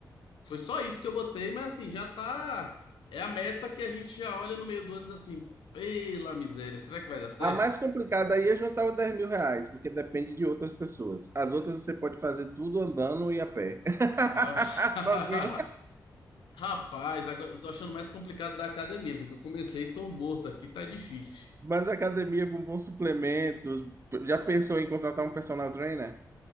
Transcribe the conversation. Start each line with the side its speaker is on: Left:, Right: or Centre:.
Left: Foi só isso que eu botei, mas assim, já tá. É a meta que a gente já olha no meio do ano e diz assim: pela miséria, será que vai dar certo?
Right: A mais complicada aí é juntar os dez mil reais, porque depende de outras pessoas. As outras você pode fazer tudo andando e a pé. <laughs>
Left: Ah,
Right: Sozinho.
Left: <laughs> Rapaz, agora eu tô achando mais complicado da academia, viu? Que eu comecei e tô morto aqui, tá difícil.
Right: Mas a academia com bons suplementos. Já pensou em contratar um personal trainer?